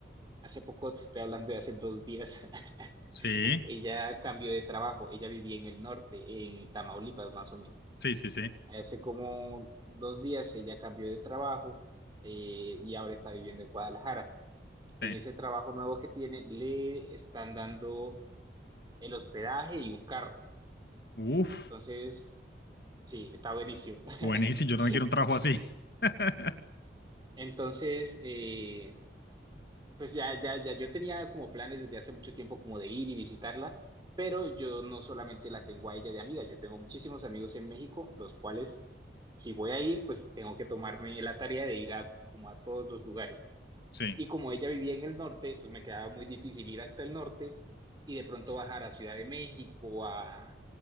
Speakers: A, on the right; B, on the left.
A: hace poco te estoy hablando de hace dos días, <laughs>
B: Sí,
A: ella cambió de trabajo. Ella vivía en el norte, en Tamaulipas más o menos.
B: sí, sí, sí.
A: Hace como dos días ella cambió de trabajo eh, y ahora está viviendo en Guadalajara. En
B: Sí.
A: ese trabajo nuevo que tiene, le están dando el hospedaje y un carro.
B: Uf.
A: Entonces, sí, está buenísimo. <laughs>
B: Buenísimo, yo también quiero un trabajo así. <laughs>
A: Entonces, eh, pues ya, ya, ya yo tenía como planes desde hace mucho tiempo como de ir y visitarla, pero yo no solamente la tengo a ella de amiga, yo tengo muchísimos amigos en México, los cuales, si voy a ir, pues tengo que tomarme la tarea de ir a como a todos los lugares.
B: Sí,
A: Y como ella vivía en el norte, pues me quedaba muy difícil ir hasta el norte y de pronto bajar a Ciudad de México, a,